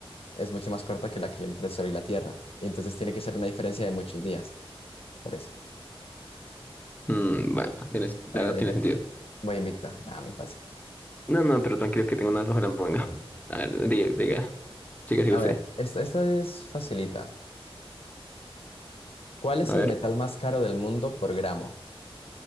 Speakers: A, on the left; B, on the left.
A: es mucho más corta que la que hay entre el Sol y la Tierra. Y entonces tiene que ser una diferencia de muchos días, por eso.
B: Mm, bueno, tienes-
A: Bueno,
B: la verdad
A: Miguel,
B: tiene sentido.
A: voy invicto. Nada, muy fácil.
B: No, no, pero tranquilo que tengo una bajo la manga. A ver, diga, diga. Siga, siga
A: A
B: usted.
A: ver, esta, esta es facilita. ¿Cuál es
B: A ver.
A: el metal más caro del mundo por gramo?